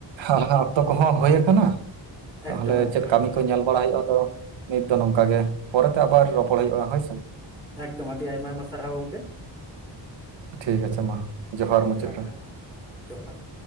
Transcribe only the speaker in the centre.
ᱮᱠᱫᱚᱢ
ᱮᱠᱫᱚᱢ
ᱮᱠᱫᱚᱢ
ᱮᱠᱫᱚᱢ
ᱮᱠᱫᱚᱢ ᱟᱹᱰᱤ ᱟᱭᱢᱟ ᱟᱭᱢᱟ ᱥᱟᱨᱦᱟᱣ ᱜᱚᱢᱠᱮ,
ᱦᱮᱸ
ᱦᱮᱸ
ᱡᱚᱦᱟᱨ,